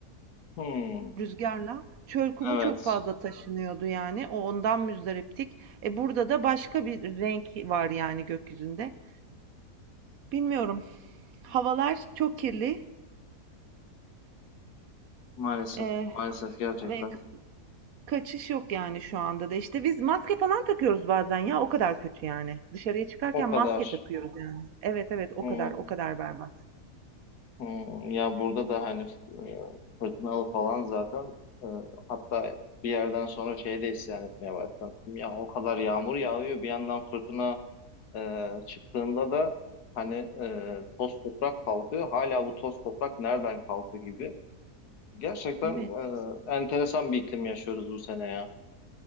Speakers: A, on the left; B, on the right.
A: Hmm,
B: rüzgarla çöl kumu
A: evet
B: çok fazla taşınıyordu yani. O ondan müzdariptik. E, burada da başka bir renk var yani gökyüzünde. Bilmiyorum. Havalar çok kirli
A: maalesef
B: eee,
A: maalesef gerçekten
B: ve kaçış yok yani şu anda da. İşte biz maske falan takıyoruz bazen ya o kadar kötü yani. Dışarıya çıkarken
A: o kadar.
B: maske takıyoruz yani. Evet evet o
A: Hmm,
B: kadar o kadar berbat.
A: hmm. Ya burada da hani e, fırtınalı falan zaten E, hatta bir yerden sonra şey de isyan etmeye başladım. Ya o kadar yağmur yağıyor bir yandan fırtına Ee, çıktığında da hani e, toz toprak kalkıyor. Hala bu toz toprak nereden kalktı gibi. Gerçekten
B: Evet.
A: e, enteresan bir iklim yaşıyoruz bu sene ya.